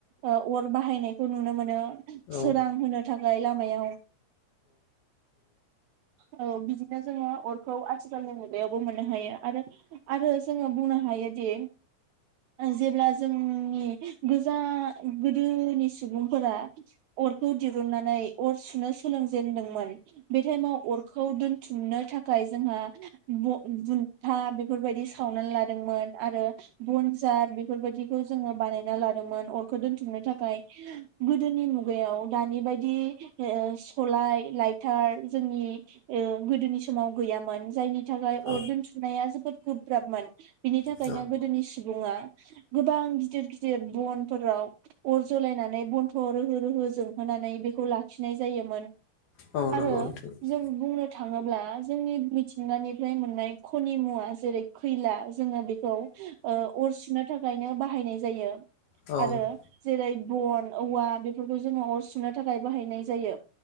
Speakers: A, on the right (about 75°); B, on the left (about 65°).
A: ओ अर बाहायनायखौ नुनो मोनो।
B: औ
A: सोरां होनो थाखाय लामायाव औ नो जोङो अरखौ आथिखालनि मुगायावबो मोननो हायो आरो आरो जोङो बुंनो हायोदि जेब्ला जों नि गोजा गोदोनि सुबुंफोरा अरखौ दिरुुननानै अर सुनो सोलोंजेेनदोंमोन। बे टाइमाव अरखौ दोन बुथुमनो थाखाय जोंहा ब-बुन्था बेफोरबायदि सावनानै लादोंमोन। आरो बनजार। बेफोरबादि। बेखौ जोङो बानायना लादोंमोन उम। खो दोनथुमनो थाखाय। गोदोनि मुगायाव दानि बायदि सलाय लाइटार जोंनि ओ गोदोनि समाव गैयामोन जायनि थाखाय
B: औ
A: अर दोनथुमनाया जोबोद गोब्राबमोन बिनि थाखायनो
B: औ
A: गोदोनि सुबुङा गोबां गिदिर गिदिर बनफोराव। अर जलायनानै बन्थ' रोहो रोहो जोंहोनानै बेखौ लाखिनाय जायोमोन।
B: औ नंगौ औ नंगौ
A: आरो
B: नोंथां
A: जों बुंनो थाङो अब्ला जोंनि मिथिंगानिफ्राय मोननाय खनि मुवा जेरै खैला जोङो बेखौ ओ अर सुनो थाखाय। <unintelligible> बाहायनाय जायो
B: औ
A: आरो
B: औ
A: जेरै बन औवा बेफोरखौ जोङो अर सुनो थाखाय बाहायनाय जायो।